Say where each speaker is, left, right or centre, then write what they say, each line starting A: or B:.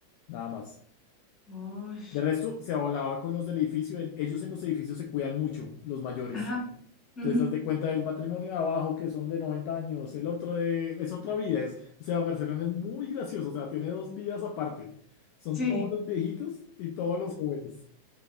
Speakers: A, on the left; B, on the left.
A: Nada más.
B: Uy.
A: De resto, se hablaba con los del edificio. en- Ellos en los edificios se cuidan mucho, los mayores.
B: Ajá. ujú,
A: Entonces, haz de cuenta del matrimonio de abajo, que son de 90 años, el otro de, es otra vida. Es, o sea, Barcelona es muy gracioso, o sea, tiene dos vidas aparte. Son
B: Sí.
A: todos los viejitos y todos los jóvenes.